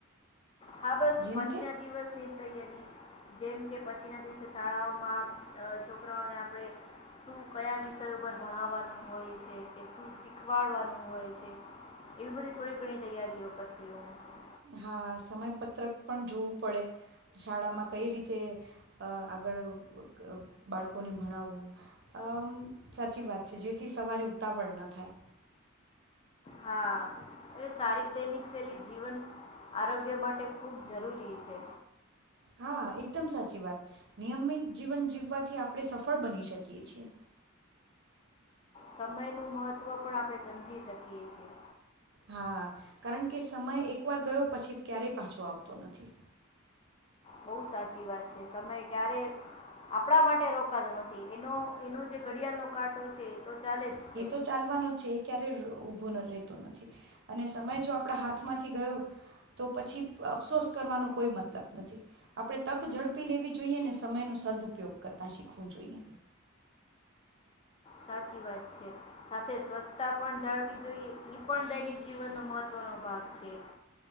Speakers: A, on the left; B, on the right.
A: હા બસ
B: જેમ
A: પછી
B: કે
A: ના દિવસ ની તૈયારી જેમ કે પછીના દિવસે શાળાઓમાં અહ છોકરાઓને આપણે શું કયા વિષય ઉપર ભણાવવાનું હોય છે, કે શું શીખવાડવાનું હોય છે, એવી બધી થોડી ઘણી તૈયારીઓ કરતી હોઉ છું.
B: હા સમયપત્રક પણ જોવું પડે, શાળામાં કઈ રીતે અહ આગળ ક બાળકોને ભણાવવું, અમ સાચી વાત છે. જેથી સવારે ઉતાવળ ન થાય.
A: હા એ સારીક દૈનિક શૈલી જીવન આરોગ્ય માટે ખૂબ જરૂરી છે.
B: હા એકદમ સાચી વાત. નિયમિત જીવન જીવવાથી આપણે સફળ બની શકીએ છીએ.
A: સમય નું મહત્વ પણ આપણે સમજી શકીએ છીએ.
B: હા કારણ કે સમય એકવાર ગયો પછી ક્યારેય પાછો આવતો નથી.
A: બહુ સાચી વાત છે. સમય ક્યારે આપણા માટે રોકાતો નથી, એનો એનો જે ઘડિયાળનો કાંટો છે તો ચાલે જ છે
B: એ તો ચાલવાનો છે એ ક્યારે રો રો ભૂ ન રહેતો નથી અને સમય જો આપણા હાથમાંથી ગયો તો પછી અફસોસ કરવાનો કોઈ મતલબ નથી. આપડે તક ઝડપી લેવી જોઈએ ને સમય નો સદઉપપયોગ કરતા શીખવું જોઈએ.
A: સાચી વાત છે સાથે સ્વચ્છતા પણ જાળવી જોઈએ. ઈ પણ દૈનિક જીવનનો મહત્વનો ભાગ છે.